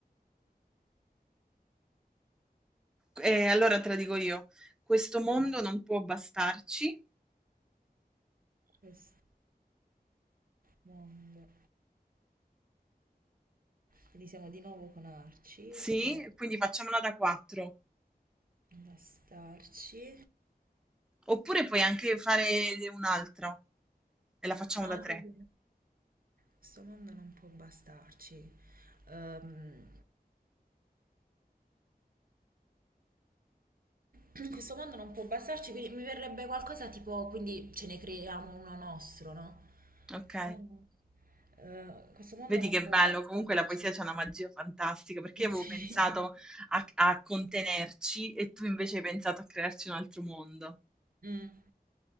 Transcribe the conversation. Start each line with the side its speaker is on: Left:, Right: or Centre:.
Centre: E allora te la dico io, questo mondo
Right: Ma
Centre: non può bastarci,
Right: questo mondo. Quindi siamo di nuovo con Arci,
Centre: sì,
Right: può
Centre: quindi facciamola da quattro.
Right: bastarci.
Centre: Oppure puoi anche fare un altro e la facciamo
Right: No,
Centre: da tre,
Right: sì, sì. Questo mondo non può bastarci. Ehm, <clears throat> questo mondo non può bastarci, quindi mi verrebbe qualcosa tipo, quindi ce ne creiamo uno nostro, no?
Centre: ok?
Right: Questo mondo, eh, questo mondo
Centre: Vedi
Right: non
Centre: che
Right: può
Centre: bello,
Right: bastarci.
Centre: comunque la poesia c'ha una magia fantastica, perché
Right: <laughs>
Centre: io avevo pensato
Right: Sì.
Centre: a, a contenerci e tu invece hai pensato a crearci un altro mondo.
Right: Mm.